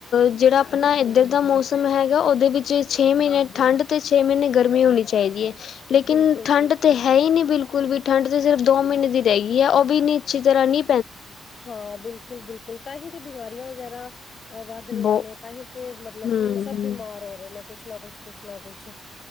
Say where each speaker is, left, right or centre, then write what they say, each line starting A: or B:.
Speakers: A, on the left (about 70°); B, on the left (about 50°).
A: ਜਿਹੜਾ ਆਪਣਾ ਇੱਧਰ ਦਾ ਮੌਸਮ ਹੈਗਾ ਉਹਦੇ ਵਿੱਚ ਛੇ ਮਹੀਨੇ ਠੰਢ ਤੇ ਛੇ ਮਹੀਨੇ ਗਰਮੀ ਹੋਣੀ ਚਾਹੀਦੀ ਏ। ਲੇਕਿਨ
B: ਬਿਲਕੁਲ
A: ਠੰਡ
B: ਬਿਲਕੁਲ
A: ਤਾਂ ਹੈ ਹੀ ਨਹੀਂ ਬਿਲਕੁਲ ਬਿਲਕੁਲ ਵੀ ਠੰਡ ਤੇ ਸਿਰਫ ਦੋ ਮਹੀਨੇ ਦੀ ਰਹਿ ਗਈਏ ਉਹ ਵੀ ਇੰਨੀ ਅੱਛੀ ਤਰ੍ਹਾਂ ਨੀ
B: ਹਾਂ ਬਿਲਕੁਲ ਬਿਲਕੁਲ ਤਾਂ ਹੀ ਤੇ ਬੀਮਾਰੀਆਂ ਵਗੈਰਾ ਵੱਧ ਰਹੀਆਂ
A: ਬਹੁ
B: ਨੇ ਤਾਂਹੀ ਤੇ ਮਤਲਬ
A: ਹਮ
B: ਕਿ ਸਭ ਬੀਮਾਰ ਹੋ ਰਹੇ ਨੇ ਕੁਛ ਨਾ ਕੁਛ ਕੁਛ ਨਾ ਕੁਛ।